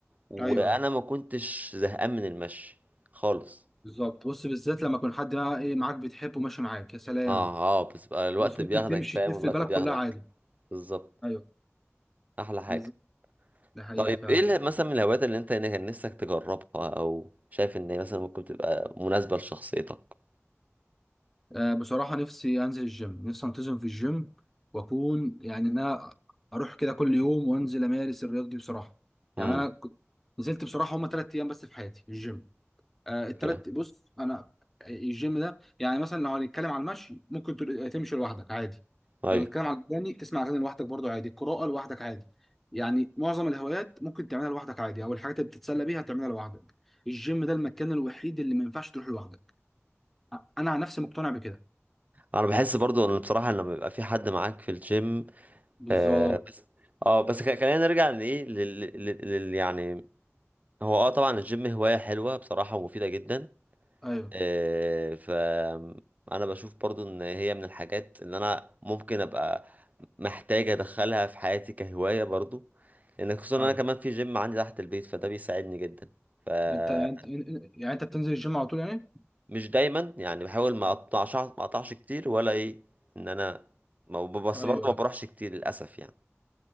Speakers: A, on the right; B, in the centre.
A: وانا
B: ايوه
A: ما كنتش زهقان من المشي خالص
B: بالظبط بص بالذات لما يكون حد بقى ايه معاك بتحبه ماشي معاك يا سلام
A: اه اه بس بقى الوقت
B: بص ممكن
A: بياخدك
B: تمشي
A: فاهم
B: تلف
A: الوقت
B: البلد
A: بياخدك
B: كلها عادي
A: بالظبط
B: ايوه
A: احلى حاجه
B: بالظبط ده حقيقه
A: طيب
B: فعلا
A: ايه اللي- مثلا من الهوايات اللي انت كان نفسك تجربها او شايف ان هي مثلا ممكن تبقى مناسبه لشخصيتك
B: آه بصراحه نفسي انزل الجيم نفسي انتظم في الجيم واكون يعني ان انا اروح كده كل يوم وانزل امارس الرياضه دي بصراحه
A: امم
B: يعني انا ك- نزلت بصراحه هما ثلاث ايام بس في حياتي الجيم آه التلات
A: اوكي
B: بص انا الجيم ده يعني مثلا لو هنتكلم على المشي ممكن تر- تمشي لوحدك عادي
A: ايوه
B: لو هنتكلم على الاغاني تسمع اغاني لوحدك برضو عادي القراءه لوحدك عادي يعني معظم الهوايات ممكن تعملها لوحدك عادي او الحاجات اللي بتتسلى بيها تعملها لوحدك الجيم ده المكان الوحيد اللي ما ينفعش تروح لوحدك أ- انا عن نفسي مقتنع بكده
A: انا بحس برضو ان بصراحه لما بيبقى في حد معاك في الجيم
B: بالظبط
A: آه بس اه بس خ- خلينا نرجع لايه لل... لل... لل... يعني هو اه طبعا الجيم هوايه حلوه بصراحه ومفيده جدا
B: ايوه
A: آه، فأنا بشوف برضو إن هي من الحاجات اللي أنا ممكن أبقى محتاج أدخلها في حياتي كهواية برضو لأن خصوصا إن
B: ايوه
A: أنا كمان في جيم عندي تحت البيت فده بيساعدني جدا فمش
B: انت انت إن- إن- يعني انت بتنزل الجيم على طول يعني
A: دايما يعني بحاول ما أقطعش ما أقطعش كتير ولا إيه إن أنا ما ب- بس
B: ايوه
A: برضو ما بروحش
B: ايوه
A: كتير للأسف يعني